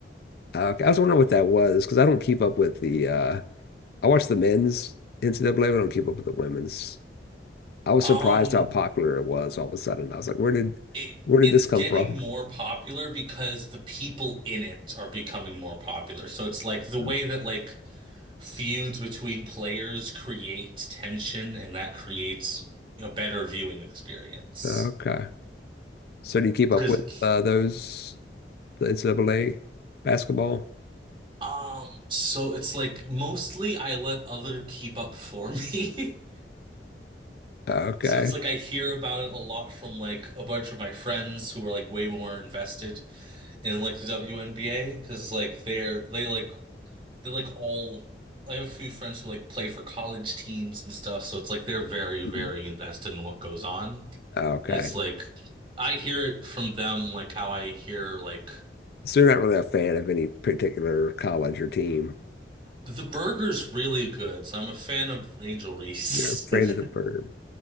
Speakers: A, on the left; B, on the right.
A: Uh, okay, I was wondering what that was because I don't keep up with the. Uh, I watch the men's NCAA, but I don't keep up with the women's. I was
B: Um,
A: surprised how popular it was all of a sudden. I was like, where did,
B: it
A: where
B: it's
A: did this come
B: getting
A: from?
B: more popular because the people in it are becoming more popular. So it's like the
A: Mm.
B: way that like feuds between players create tension and that creates a better viewing experience.
A: Okay, so do you keep up
B: Because
A: with uh, those the NCAA basketball?
B: um so it's like mostly I let other keep up for me. <laughs>
A: Okay,
B: So it's like I hear about it a lot from like a bunch of my friends who are like way more invested in like the WNBA because like they're they like they're like all I have a few friends who like play for college teams and stuff, so it's like they're very, very
A: Mm.
B: invested in what goes on.
A: okay.
B: It's like I hear it from them like how I hear like
A: So you're not really a fan of any particular college or team.
B: the burger's really good, so I'm a fan of Angel Reese
A: You're a fan
B: <laughs> and
A: of the burger.